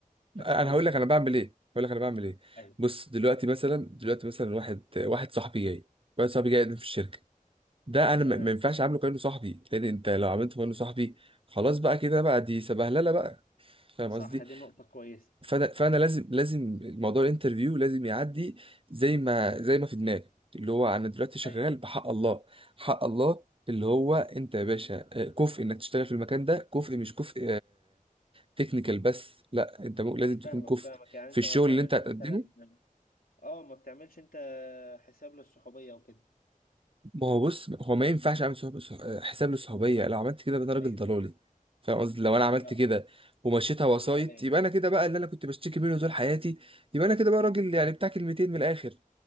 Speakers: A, on the left; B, on the right.
A: بس
B: انا
A: خلص
B: هقول
A: كلامك
B: لك انا بعمل ايه هقول لك انا بعمل ايه
A: ايوه
B: بص دلوقتي مثلا دلوقتي مثلا واحد واحد صاحبي جاي واحد صاحبي جاي يقدم في الشركه ده انا
A: تمام
B: ما ما ينفعش اعامله كانه صاحبي لان انت لو عملته كانه صاحبي خلاص بقى كده بقى دي سبهلله بقى فاهم
A: صح
B: قصدي
A: دي نقطه كويسه
B: فانا فانا لازم لازم الموضوع الانترفيو لازم يعدي زي ما زي ما في دماغي اللي هو انا دلوقتي شغال
A: ايوه
B: بحق الله حق الله اللي هو انت يا باشا آه، كفء انك تشتغل في المكان ده كفء مش كفء تكنيكال بس لا انت مو- لازم
A: انا فاهمك
B: تكون كفء
A: فاهمك يعني
B: في
A: انت
B: الشغل
A: ما بتعملش
B: اللي انت هتقدمه
A: مثلا اه ما بتعملش انت حساب للصحوبيه وكده
B: ما هو بص هو ما ينفعش اعمل صحب... صح- آه، حساب للصحوبيه لو عملت كده يبقى انا راجل
A: ايوه
B: ضلالي
A: ايوه
B: فاهم قصدي لو
A: يا
B: انا عملت
A: لا
B: كده ومشيتها وسايط
A: الله عليك
B: يبقى انا كده بقى اللي انا كنت بشتكي منه طول حياتي يبقى انا كده بقى راجل يعني بتاع كلمتين من الاخر